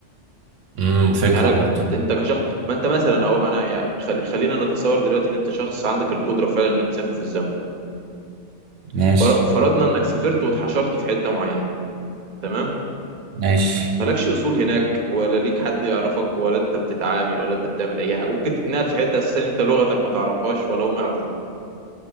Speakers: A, on the right; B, on the right.
A: امم فكره
B: يعني أنا
A: برضه
B: ك- انت كشخص ما انت مثلا اهو انا يع- خل... خلينا نتصور دلوقتي ان انت شخص عندك القدره فعلا انك تسافر في الزمن
A: ماشي
B: فر- فرضنا انك سافرت واتحشرت في حته معينه تمام
A: ماشي
B: مالكش اصول هناك ولا ليك حد يعرفك ولا انت بتتعامل ولا انت بتعمل اي حاجه ممكن تتنقل في حته اساسا انت لغتك ما تعرفهاش ولا هم يعرفوك